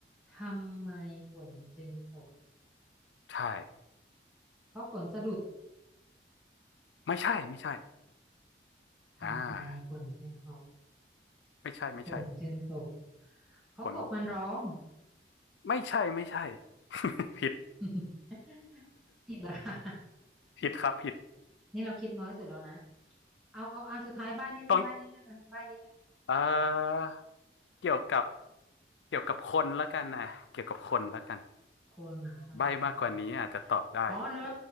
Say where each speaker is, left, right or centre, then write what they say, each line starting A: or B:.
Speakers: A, in the centre; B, on the left (about 85°).
A: ทำไมฝนจึงตก
B: ใช่
A: เพราะฝนสะดุด
B: ไม่ใช่ ไม่ใช่
A: ทำไมฝนจึงตก
B: อ่าไม่ใช่ไม่ใช่
A: ฝนจึงตกเพราะกบมันร้อง
B: ฝนไม่ใช่ไม่ใช่ <laughs> ผิด
A: <laughs> ผิดละ <laughs> ค่ะ
B: <laughs> ผิดครับผิด
A: <laughs> นี่เราคิดน้อยสุดแล้วนะเอาเอาอันสุดท้ายบ้านนิดนึงบ้านนิดนึงอ่ะบ้านนิดนึง
B: <laughs> ต้องเอ่อเกี่ยวกับเกี่ยวกับคนแล้วกันนะเกี่ยวกับคนแล้วกัน
A: คนหนาทำไมฝนถึงตก
B: ใบ้มากกว่านี้อาจจะตอบได้
A: อ๋อเนอะ